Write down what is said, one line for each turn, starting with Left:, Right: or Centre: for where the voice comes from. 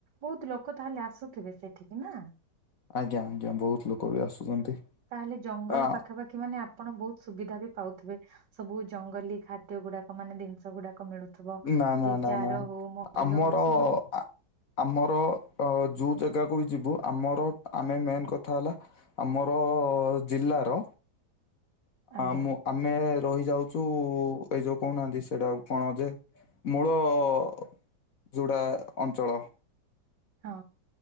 Right: ବହୁତ ଲୋକ ତାହେଲେ ଆସୁଥିବେ ସେଠିକି ନା?
Left: ଆଜ୍ଞା ଆଜ୍ଞା ବହୁତ ଲୋକ ବି ଆସୁଛନ୍ତି।
Right: ତାହେଲେ ଜଙ୍ଗଲ
Left: ଆ
Right: ପାଖାପାଖି ମାନେ ଆପଣ ବହୁତ ସୁବିଧା ବି ପାଉଥିବେ। ସବୁ ଜଙ୍ଗଲୀ ଖାଦ୍ୟ ଗୁଡାକ ମାନେ ଜିନିଷ ଗୁଡାକ ମିଳୁ ଥିବ।
Left: ନା ନା
Right: ଏଇ
Left: ନା
Right: ଚାର
Left: ନା
Right: ହଉ ମହଲ
Left: ଆମର
Right: ହଉ ସବୁଦିନ
Left: ଆ- ଆମର ଯୋଉ ଜାଗାକୁ ବି ଯିବୁ ଆମର ଆମେ ମେନ୍ କଥା ହେଲା ଆମର ଜିଲ୍ଲାର
Right: ଆଜ୍ଞା
Left: ଆ ମୁଁ ଆମେ ରହି ଯାଉଛୁ। ଏଇ ଯୋଉ କହୁନାହାନ୍ତି ସେଇଟା କଣ ଯେ ମୂଳ <inaudible> ଯୋଉଟା ଅଞ୍ଚଳ।
Right: ହଁ।